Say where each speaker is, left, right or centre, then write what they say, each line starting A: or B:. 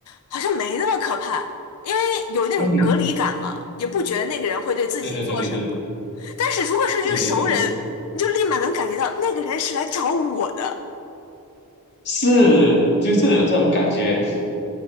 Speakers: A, on the left (about 80°); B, on the left (about 50°).
A: 好像没那么可怕，因为有那种隔离感嘛，
B: 嗯哼，
A: 也不觉得那个人会对自己做什么。
B: 对对对对对
A: 但是如果是一个熟人，
B: 对对对对，
A: 你就立马能感觉到那个人是来找我的，
B: 是就是有这种感觉。